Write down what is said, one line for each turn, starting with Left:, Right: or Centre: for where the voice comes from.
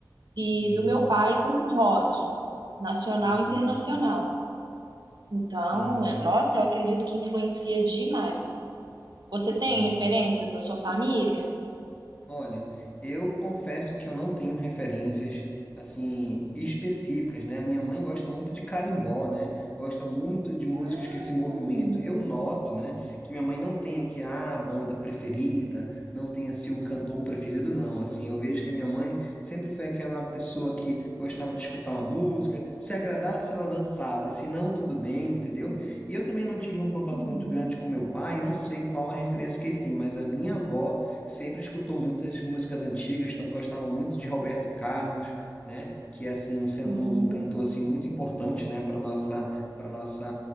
Right: e
Left: Uhum,
Right: do meu pai com o rock nacional
Left: uhum.
Right: e internacional. Então,
Left: Sim,
Right: é- nossa, eu acredito que influencia demais. Você
Left: sim.
Right: tem referências da sua família?
Left: Olha, eu confesso que eu não tenho referências assim específicas, né? A minha mãe gosta muito de carimbó, né? Gosta muito de músicas
Right: Hum,
Left: que se movimentam. Eu noto, né, que minha mãe não tem aqui ah, a banda preferida, não tem assim um cantor preferido, não. Assim, eu vejo que minha mãe sempre foi aquela pessoa que gostava de escutar uma música, se agradasse ela dançava, se não tudo bem, entendeu? E eu também não tive um contato
Right: uhum,
Left: muito grande com meu pai, não sei qual a referência que ele tem, mas a minha avó sempre escutou muitas músicas antigas, to- gostava muito de Roberto Carlos, né? Que é assim um, sen-
Right: hum,
Left: um um cantor assim muito importante, né? Para nossa, para nossa,